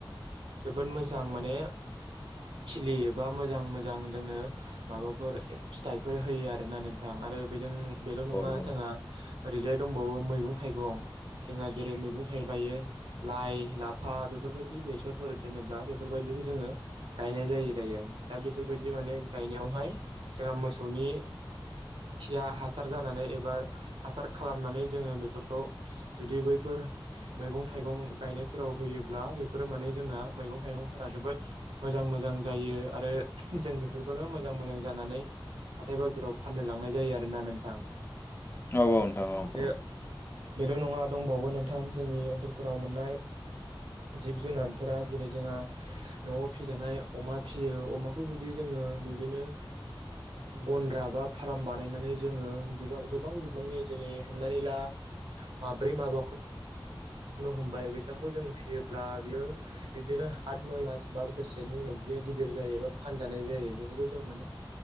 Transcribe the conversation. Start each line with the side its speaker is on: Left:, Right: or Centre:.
Right: जोबोद मोजां माने खिलियोबा मोजां मोजां जोंनो माबाफोर फिथाइफोर होयो आरोना नोंथां आरो बेजों बेल' नङा
Left: औ
Right: जोंहा ओरैजाय दंबावो मैगं थाइगं जोंहा जेरै मैगं थाइगं लाइ लाफा बेफोरबायदि बेसरफोर जेनेब्ला बेफोरबायदिखौ जोङो गायनाय जायो दायो दा बेफोरबायदि माने गायनायावहाय जोंहा मोसौनि खिया हासार जानानै एबा हासार खालामनानै जोङो बेफोरखौ जुदि बैफोर मैगं थाइगं गायनायफोराव होयोब्ला बेफोरो माने जोंना मैगं थाइगंफोरा जोबोद मोजां मोजां जायो आरो जों बेफोरखौनो मोजां मोजां जानानै हाथाय बाजाराव फाननो लांनाय जायो आरो ना नोंथां।
Left: औ औ नोंथां औ
Right: आरो
Left: औ
Right: बेल' नङा दंबावो नोंथां जोंनि ओनसोलफोराव मोननाय जिब जुनारफोरा जेरै जोंहा न'आव फिजानाय अमा फियो अमाखौ जुदि जोङो बिबदिनो गन्द्रा बा फार्म बानायनानै जोङो बिबां गोबां बिबांनि दिनै हमनानै ला माब्रै माबाखौ बुंनो हमबाय बेसबांखौ जों फिसियोब्ला बियो बिदिनो आत नय मास बा बोसोरसेनि उनाव बियो गिदिर जायोबा फानजानाय जायो बेफोरखौ जों माने